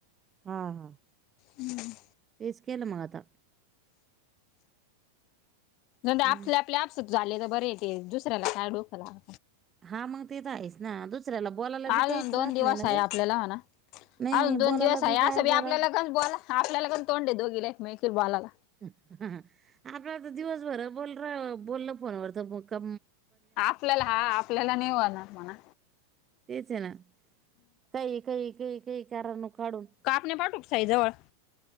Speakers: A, on the right; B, on the left.
A: हा हा
B: हम्म
A: तेच केलं मग आता
B: नण आपले
A: मग
B: आपल्या आपस झाले तर बरे येते दुसऱ्याला काय डोक लाव
A: हा मग ते तर आहेस ना दुसऱ्याला बोलायला
B: अजून
A: बी काहीच
B: दोन
A: राहत
B: दिवस
A: नाही ना
B: आहे
A: ग
B: आपल्याला म्हणा.
A: नाही
B: अजून दोन
A: बोलायला
B: दिवस आहे
A: बी काय
B: असं ब
A: बोला
B: आपल्यालाण बोला आपल्यालागण तोंड द दोघीला एक मेकीला बॉलाला
A: आपल्या तर दिवसभर बोल र बोलल फोनवर तर का
B: आपल्याला हा आपल्याला नेऊणार म्हणा
A: तेच आहे ना कई कई कई कई कारण काढून
B: कापने पाटूक सई जवळ